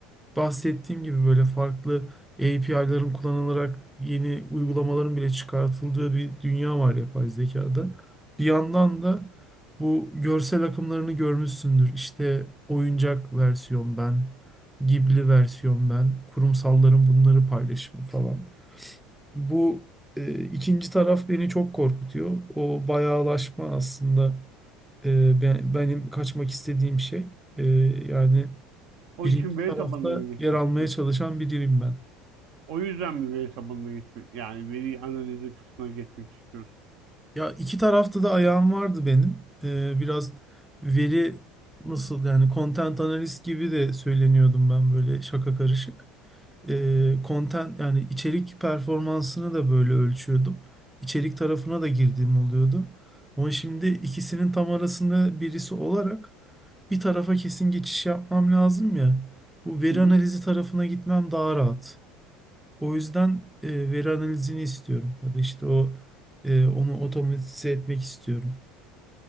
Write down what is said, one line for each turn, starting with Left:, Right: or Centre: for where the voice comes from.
Centre: bahsettiğim gibi böyle farklı API'ların kullanılarak yeni uygulamaların bile çıkartıldığı bir dünya var yapay zekada. Bir yandan da bu görsel akımlarını görmüşsündür. İşte oyuncak versiyon ben, Ghibli versiyon ben, kurumsalların bunları paylaşımı falan. Bu e, ikinci taraf beni çok korkutuyor. O bayağılaşma aslında e, be- benim kaçmak istediğim şey. E, yani
Right: Onun
Centre: Birinci
Right: için veri
Centre: tarafta
Right: tabanına mı geçmek
Centre: yer almaya
Right: istiyorsun?
Centre: çalışan biriyim ben.
Right: O yüzden mi veri tabanına geçmek, yani veri analizi kısmına geçmek istiyorsun?
Centre: Ya iki tarafta da ayağım vardı benim. Ee, biraz veri nasıl yani content analist gibi de söyleniyordum ben böyle şaka karışık. Ee, content yani içerik performansını da böyle ölçüyordum. İçerik tarafına da girdiğim oluyordu. Ama şimdi ikisinin tam arasında birisi olarak bir tarafa kesin geçiş yapmam lazım ya. Bu veri
Right: Hı hı.
Centre: analizi tarafına gitmem daha rahat. O yüzden e, veri analizini istiyorum ya da işte o e, onu otomatize etmek istiyorum.